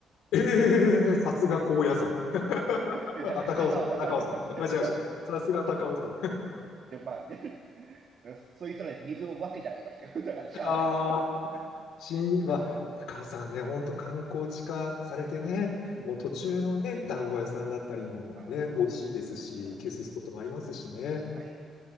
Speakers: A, on the left; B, on the right.
A: ええさすが高野山。
B: <laughs> えた高尾、
A: あ、高尾山、
B: 高尾さん、
A: 高尾山。
B: 高高尾さん。
A: 間違えました。
B: い
A: さすが高尾山。
B: や、まあね、<laughs> うんそいつらに水を分けてあげましたよ。だから、
A: <laughs>
B: しゃあないな。
A: ああ。新、まあ、高尾さんね、本当観光地化されてね、
B: <laughs> うん。うん。
A: もう途中のね、団子屋さんだったりもね、
B: あ
A: 美味しいですし、
B: あ、はい。
A: 給水スポットもありますしね。
B: はい。